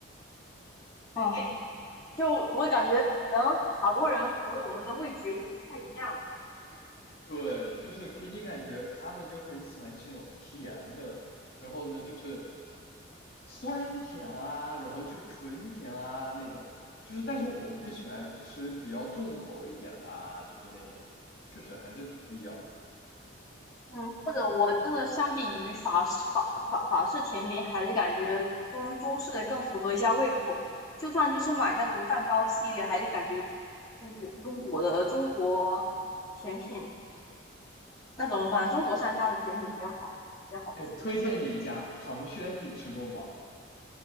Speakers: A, on the left; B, on the left.
A: 哎，就我感觉可能法国人和我们的味觉就不太一样。
B: 对，就是给你感觉他们就很喜欢吃那种甜的，然后呢就是酸甜啊，然后就是纯甜啊那种，就是但是我们就喜欢吃比较重口一点的啊，就是那种，确实还是挺不一样。
A: 嗯，或者我真的相比于法式法法法式甜品，还是感觉中中式的更符合一下胃口。就算就是买那种蛋糕系列，还是感觉中国中国的中国甜品那种，反正中国商家的甜品比较好，比较好吃。
B: 哎，推荐你一家唐轩，你吃过吗？